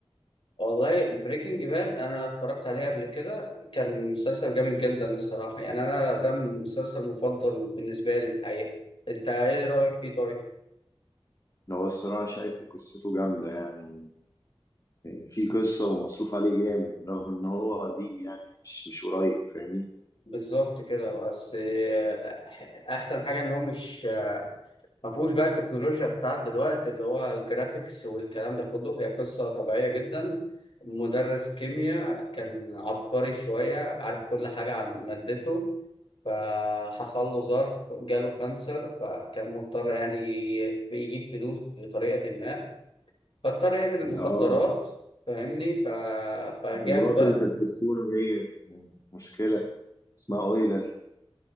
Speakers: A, on the left; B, on the left.
A: والله بريكنج باد انا اتفرجت عليه قبل كده كان مسلسل جامد جدا الصراحه يعني انا ده المسلسل المفضل بالنسبه لي الحقيقه انت ايه رايك فيه طيب
B: هو الصراحة شايفه قصته جامدة يعني في قصة ومصروف عليه جامد رغم إن هو قديم يعني مش مش قريب فاهمني؟
A: بالظبط كده بس آه، احسن حاجه ان هو مش ما فيهوش بقى التكنولوجيا بتاعت دلوقتي اللي هو الجرافيكس والكلام ده كله هي قصة طبيعية جدا مدرس كيمياء كان عبقري شوية عارف كل حاجة عن مادته فحصل له ظرف جاله كانسر فكان مضطر يعني ي- يجيب فلوس بطريقة ما فاضطر يعمل المخدرات
B: آه
A: فاهمني ف... فجاب
B: مراته
A: بقى
B: اللي كانت بتخونه ديت مشكلة اسمها أويلر